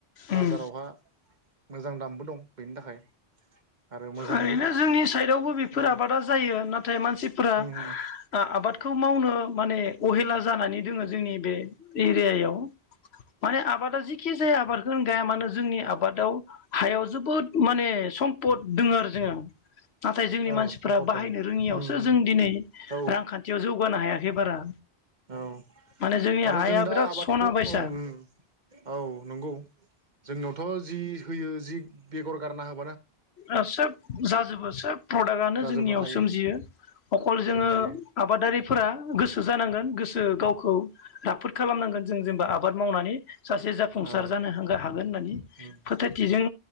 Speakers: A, on the right (about 45°); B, on the left (about 80°).
A: बाजारावहा
B: उम
A: मोजां दामबो दं बेनि थाखाय। आरो मोजांबो
B: ओरैनो जोंनि साइडयावबो बेफोर
A: औ
B: आबादा जायो नाथाय मानसिफोरा
A: उम उम
B: ओ आबाद खौ मावनो माने अहेला जानानै दोङो जोंनि बे एरियायाव माने आबादा जिखि जाया आबादखौ गाया मानो जोंनि आबादाव हायाव जोबोद माने सम्पद दोङो आरो जोङो नाथाय जोंनि
A: औ
B: मानसिफ्रा
A: सम्पद
B: बाहायनो
A: दं
B: रोङियावसो
A: उम उम
B: जों दिनै
A: औ
B: रांखान्थियाव जौगानो हाया बे बारा
A: औ
B: माने जोंनि
A: आरो
B: हाया
A: जों दा
B: बिराद
A: आबादखौ
B: सना बायसा
A: अ उम औ नंगौ जोंनावथ' जि फोयो जि बेगर गारना होब
B: आ सोब जाजोबो सोब प्रडाक्टआनो
A: जाजोबना
B: जोंनियाव
A: थायो
B: सोमजियो अखल जोङो
A: सोमजियो
B: आबादारिफोरा गोसो जानांगोन गोस ओ गावखौ राफोद खालामनांगोन जों जेनेबा आबाद मावनानै सासे जाफुंसार
A: औ
B: जानो होंगो हागोन होननानै
A: उम
B: फोथायथिजों